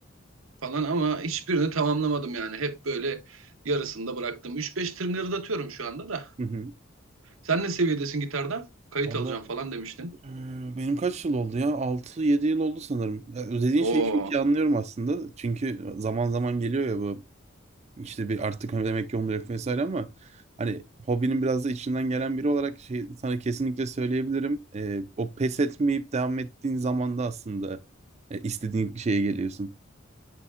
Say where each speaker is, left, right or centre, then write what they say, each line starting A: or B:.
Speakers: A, on the right; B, on the right.
A: falan ama hiçbirini tamamlamadım yani. Hep böyle yarısında bıraktım. Üç beş tırnırdatıyorum şu anda da.
B: Hı
A: Sen ne seviyedesin gitarda? Kayıt
B: hı.
A: alacağım falan demiştin.
B: Ee, Benim kaç yıl oldu ya? altı yedi yıl oldu sanırım. Ya, Dediğin
A: Oo.
B: şeyi çok iyi anlıyorum aslında. Çünkü e, zaman zaman geliyor ya bu işte bir artık hani demek ki olmayacak vesaire ama hani hobinin biraz da içinden gelen biri olarak şey sana kesinlikle söyleyebilirim. Ee, o pes etmeyip devam ettiğin zaman da aslında e, istediğin şeye geliyorsun.